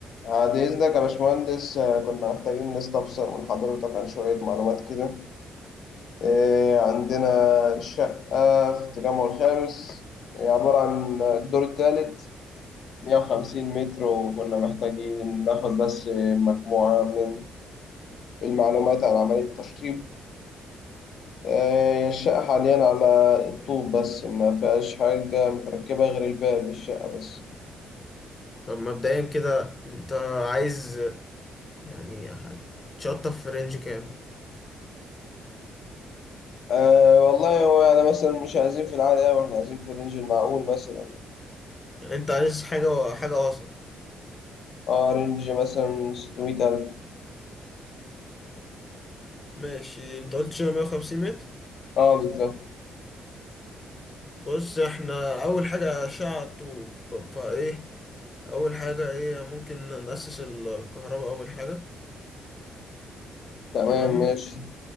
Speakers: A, on the left; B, on the left.
A: بعد إذنك يا باشمهندس آه، كنا محتاجين نستفسر من حضرتك عن شوية معلومات كده آه، عندنا شقة في التجمع الخامس هي عبارة عن الدور الثالث 150 متر وكنا محتاجين ناخد بس مجموعة من المعلومات عن عملية التشطيب آه، هي الشقة حاليا على الطوب بس ما فيهاش حاجة متركبة غير الباب الشقة بس
B: طب مبدئيا كده انت عايز يعني هتشطف في رينج كام
A: أه والله هو يعني مثلا مش عايزين في العالي أوي إحنا عايزين في الرينج المعقول مثلا
B: يعني انت عايز حاجة حاجة وسط
A: اه رينج مثلا 600 ألف
B: ماشي انت قلت شبه 150 متر
A: اه بالظبط
B: بص احنا اول حاجة اشعة طوب فايه اول حاجة ايه ممكن نأسس الكهرباء اول حاجة
A: تمام
B: تمام
A: ماشي